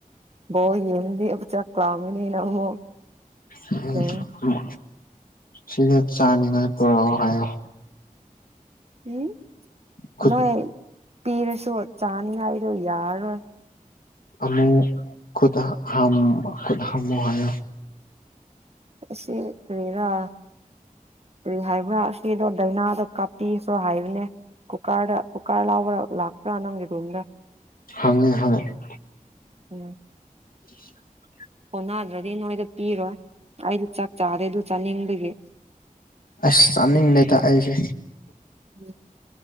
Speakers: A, on the right (about 45°); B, on the left (about 80°).
A: ꯕꯣꯜ ꯌꯦꯡꯗꯤ ꯆꯥꯛꯥꯝꯕꯅꯤꯅ ꯑꯃꯨꯛ
B: <inaudible>
A: ꯌꯦꯡ
B: ꯎꯝ ꯁꯤꯅ ꯆꯥꯅꯤꯡꯉꯥꯏ ꯄꯨꯔꯛꯑꯣ ꯍꯥꯏꯌꯣ
A: ꯎꯝ
B: ꯈꯨꯠ
A: ꯅꯣꯏ ꯄꯤꯔꯁꯨ ꯆꯥꯅꯤꯉꯥꯏꯗꯣ ꯌꯥꯔꯔꯣꯏ
B: ꯑꯃꯨ ꯈꯨꯠ ꯈꯨꯊꯝꯃꯣ ꯍꯥꯏꯌꯣ ꯍꯥꯏꯌꯣ
A: ꯑꯁꯤ ꯀꯔꯤꯔ ꯀꯔꯤ ꯍꯥꯏꯕꯔꯥ ꯁꯤꯗꯣ ꯗꯧꯅꯥꯗꯣ ꯀꯥꯞꯄꯤꯁꯨ ꯍꯥꯏꯕꯅꯦ ꯀꯨꯛꯔꯗꯥ ꯂꯥꯎꯔꯥꯒꯥ ꯂꯥꯛꯄ ꯅꯪꯒꯤ ꯔꯨꯝꯗ
B: ꯍ ꯍ <unintelligible>
A: <inaudible>
B: <inaudible>
A: ꯀꯣꯟꯅꯗ꯭ꯔꯗꯤ ꯅꯣꯏꯗ ꯄꯤꯔꯣꯏ ꯑꯩꯗꯤ ꯆꯥꯛ ꯆꯥꯗꯦ ꯑꯗꯨ ꯆꯥꯅꯤꯡꯕꯒꯤ
B: ꯑꯁ ꯆꯥꯅꯤꯡ ꯅꯇ ꯑꯩꯁꯦ
A: <inaudible>